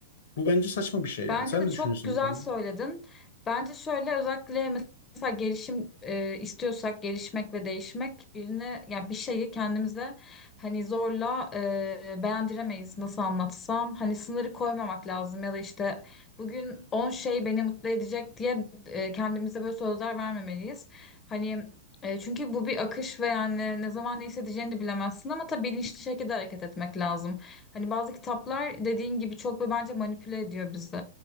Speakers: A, on the left; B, on the left.
A: Bu bence saçma bir şey yani.
B: Bence
A: Sen
B: de
A: ne
B: çok
A: düşünüyorsun
B: güzel
A: bu konuda?
B: söyledin. Bence şöyle özellikle mesela gelişim e, istiyorsak gelişmek ve değişmek birine yani bir şeyi kendimize hani zorla e, beğendiremeyiz nasıl anlatsam. Hani sınırı koymamak lazım ya da işte bugün 10 şey beni mutlu edecek diye e, kendimize böyle sözler vermemeliyiz. Hani e, çünkü bu bir akış ve yani ne zaman ne hissedeceğini bilemezsin ama tabii bilinçli şekilde hareket etmek lazım. Hani bazı kitaplar dediğin gibi çok ve bence manipüle ediyor bizi.